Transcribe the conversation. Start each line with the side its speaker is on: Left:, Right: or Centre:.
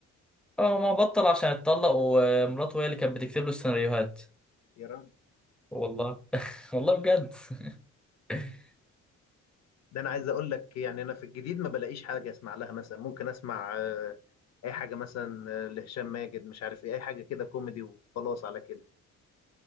Centre: اه ما بطل عشان اتطلق ومراته هي اللي كانت بتكتب له السيناريوهات
Left: يا راجل
Centre: والله <laughs> والله بجد <laughs>
Left: ده انا عايز اقول لك يعني انا في الجديد ما بلاقيش حاجه اسمع لها مثلا ممكن اسمع آه، اي حاجه مثلا آه، لهشام ماجد مش عارف ايه اي حاجه كده كوميدي وخلاص على كده